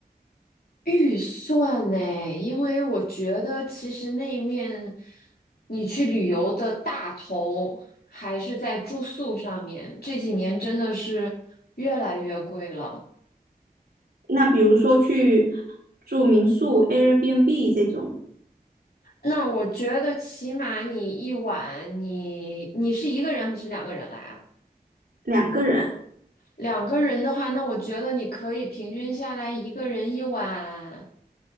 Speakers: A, on the left; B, on the right.
A: 预算呢？因为我觉得其实那面你去旅游的大头还是在住宿上面，这几年真的是越来越贵了。
B: 那比如说去住民宿、Airbnb 这种，
A: 那我觉得起码你一晚，你你是一个人还是两个人来啊？
B: 两个人
A: 两个人的话，那我觉得你可以平均下来一个人一晚，